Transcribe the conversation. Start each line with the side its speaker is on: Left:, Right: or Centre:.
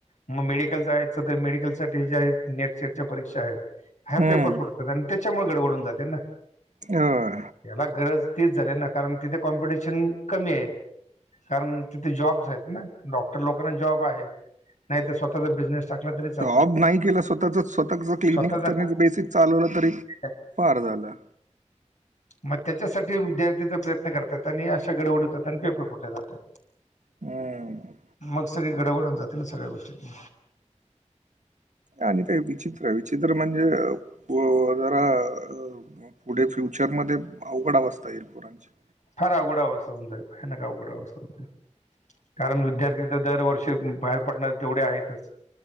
Left: मग मेडिकलचा जायाचं तर मेडिकल साठी जे आहेत नेट, सेटच्या परीक्षा आहेत. ह्या
Right: हम्म.
Left: पेपर फुटतात आणि त्याच्यामुळे गडबडून जाते ना.
Right: होय.
Left: याला गरज तीच झाली ना कारण तिथे कॉम्पिटिशन कमी आय. कारण तिथे जॉब्स हायत ना डॉक्टर लोकांना जॉब आहेत नाय तर स्वतःचा बिझनेस टाकला तरी चालतो
Right: जॉब नाही केला स्वतःच स्वतःच क्लिनिक
Left: स्वतःचा
Right: त्यांनी बेसिक चालवलं तरी
Left: आहे.
Right: फार झालं.
Left: मग त्याच्यासाठी विद्यार्थीचा प्रयत्न करतात आणि आशा गडबड हुतात आणि पेपर फुटले जातय.
Right: हम्म.
Left: मग सगळी गडबड होऊन जाते ना सगळ्या गोष्टींची.
Right: आणि ते विचित्र विचित्र म्हणजे व जरा अ मग पुढे फ्युचरमध्ये अवघड अवस्था येईल पोरांच्या
Left: फार अवघड अवस्था होऊन जाईल आहे. भयानक अवघड अवस्था होऊन जाईल कारण विद्यार्थी तर दरवर्षी बाहेर पडणारे तेवढे आहेतच.